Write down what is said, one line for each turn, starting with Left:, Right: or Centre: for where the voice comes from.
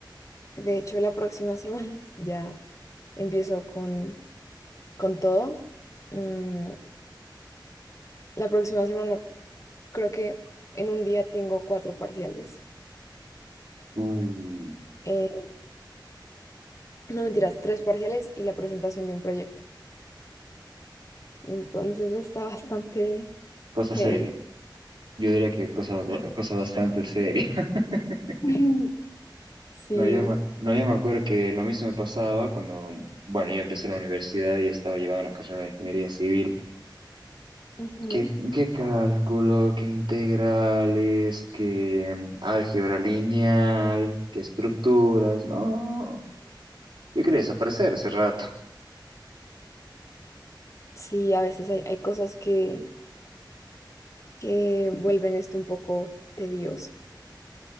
Left: De hecho, la próxima semana <laughs> ya empiezo con, con todo. Mm, la próxima semana creo que en un día tengo cuatro parciales.
Right: Uh,
Left: Eh, no mentiras, tres parciales y la presentación de un proyecto. Entonces está bastante
Right: cosa
Left: heavy.
Right: seria. Yo diría que cosa, ba- cosa bastante seria. <laughs>
Left: <laughs> Sí.
Right: No, yo me, no, yo me acuerdo que lo mismo me pasaba cuando, bueno, yo empecé la universidad y estaba llevando la carrera de ingeniería civil.
Left: ujú.
Right: ¿Qué, qué cálculo, qué integrales, qué álgebra lineal, qué estructuras? No, yo quería desaparecer ese rato.
Left: Sí, a veces hay, hay cosas que, que vuelven esto un poco tedioso,